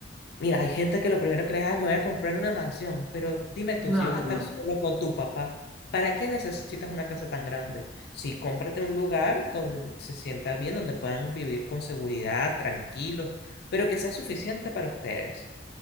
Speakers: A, on the left; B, in the centre.
A: Mira, hay gente que lo primero que le da me voy a comprar una mansión, pero dime tú,
B: No,
A: si vas
B: no,
A: a estar
B: no,
A: solo con tu papá, ¿para qué necesitas una casa tan grande? Sí, cómprate un lugar donde se sienta bien, donde puedan vivir con seguridad, tranquilos, pero que sea suficiente para ustedes.